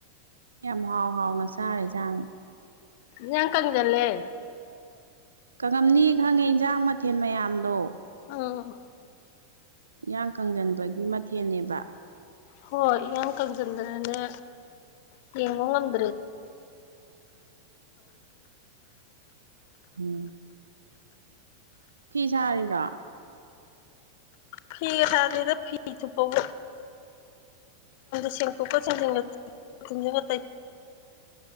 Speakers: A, on the right; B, on the left.
A: ꯌꯥꯝ ꯍꯥꯎ ꯍꯥꯎꯅ ꯆꯥꯔꯦꯖꯥꯡ
B: ꯌꯥ ꯀꯉꯗ ꯂꯩꯦ
A: ꯀꯉꯝꯅꯤ ꯈꯪꯉꯦ ꯌꯦꯟꯁꯥꯡ ꯃꯊꯦꯜ ꯃꯌꯥꯝꯗꯣ
B: ꯑꯣꯥ
A: ꯏꯌꯥꯡ ꯀꯪꯁꯤꯟꯕꯒꯤ ꯃꯊꯦꯜꯅꯦꯕ
B: ꯍꯣꯏ ꯏ ꯀꯪꯁꯤꯟꯗꯅꯦꯅꯦ ꯇꯧꯅꯤ
A: ꯎꯝ ꯐꯤꯁꯥꯔꯤꯔꯣ
B: ꯐꯤ ꯍꯥꯏꯗꯤꯗ ꯐꯤ ꯊꯨꯄꯕꯣ ꯁꯦꯪꯗꯣꯛ ꯀꯥ ꯁꯦꯪꯖꯤꯅꯉꯥ